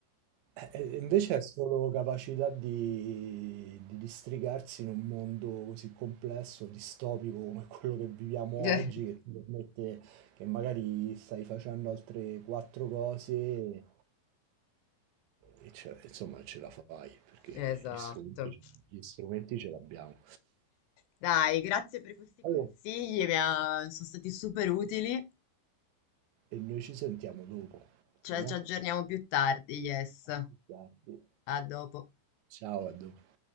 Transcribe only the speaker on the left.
<laughs>
Esatto.
Dai, grazie per questi consigli,
mi ha- sono stati super utili.
Cioè,
ci aggiorniamo più tardi, yes.
A
dopo.